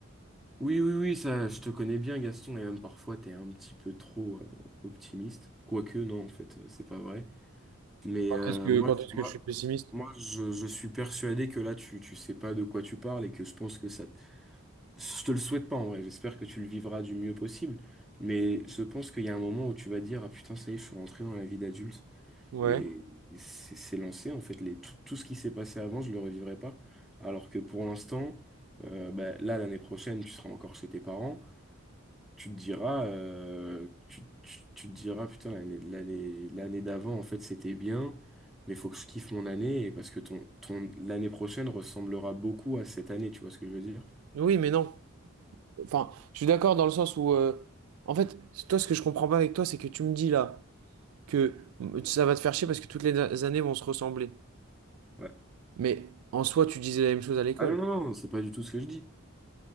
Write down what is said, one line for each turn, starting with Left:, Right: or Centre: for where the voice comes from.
Centre: Oui, oui, oui, ça, je te connais bien, Gaston, et même parfois, t'es un petit peu trop euh, optimiste. Quoique, non, en fait, euh, c'est pas vrai. Mais
Right: Quand
Centre: euh,
Right: est-ce que,
Centre: moi,
Right: quand est-ce
Centre: je- moi,
Right: que je suis pessimiste?
Centre: moi je, je suis persuadé que là, tu, tu sais pas de quoi tu parles et que je pense que ça... t- Je te le souhaite pas, en vrai. J'espère que tu le vivras du mieux possible. Mais je pense qu'il y a un moment où tu vas dire, ah putain, ça y est, je suis rentré dans la vie d'adulte.
Right: Ouais.
Centre: Et c'est c'est lancé, en fait, les, tout, tout ce qui s'est passé avant, je le revivrai pas. Alors que pour l'instant, euh, bah, là, l'année prochaine, tu seras encore chez tes parents. Tu te diras, euh, tu, tu- tu te diras, putain, l'année, l'année, l'année d'avant, en fait, c'était bien, mais faut que je kiffe mon année, et parce que ton, ton, l'année prochaine ressemblera beaucoup à cette année, tu vois ce que je veux dire?
Right: Oui, mais non. Enfin, je suis d'accord dans le sens où, euh, en fait, toi, ce que je comprends pas avec toi, c'est que tu me dis là. que ça va te faire chier parce que toutes les années vont se ressembler.
Centre: Ouais.
Right: Mais en soi, tu disais la même chose à l'école.
Centre: Ah non, non, non, c'est pas du tout ce que je dis.